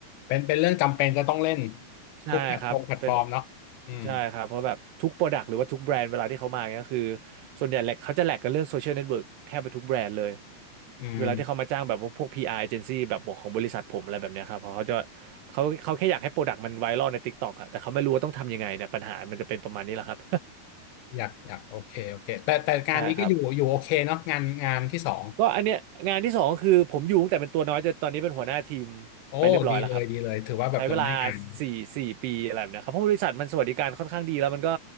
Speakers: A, on the left; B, on the right.
A: เป็นเป็นเรื่องจำเป็นจะต้องเล่น
B: ใช่ครับเป็น
A: ทุกแพลตฟอร์มแพลตฟอร์มเนาะอืม
B: ใช่ครับเพราะแบบทุกโปรดักต์หรือว่าทุกแบรนด์เวลาที่เขามาเนี่ยก็คือส่วนใหญ่แหละเขาจะแหลกกันเรื่องโซเชียลเน็ตเวิร์กแทบไปทุกแบรนด์เลย
A: อืม
B: เวลาที่เขามาจ้างแบบพวก PR agency แบบบอกของบริษัทผมอะไรแบบเนี้ยครับเพราะเขาจะเขาเขาแค่อยากให้โปรดักต์มันไวรัลใน TikTok อะแต่เขาไม่รู้ว่าต้องทำยังไงเนี่ยปัญหามันจะเป็นประมาณนี้แหละครับ
A: อยากอยากโอเคโอเคแต่แต่งานนี้ก็อยู่อยู่โอเคเนาะงานงานที่สอง
B: ใช่ครับก็อันเนี้ยงานที่สองก็คือผมอยู่ตั้งแต่เป็นตัวน้อยจนตอนนี้เป็นหัวหน้าทีม
A: โอ้ดีเลยดีเลยถือว่าแบบเราได้งาน
B: ไปเรียบร้อยแล้วครับใช้เวลาสี่สี่ปีอะไรแบบเนี้ยครับเพราะบริษัทมันสวัสดิการค่อนข้างดีแล้วมันก็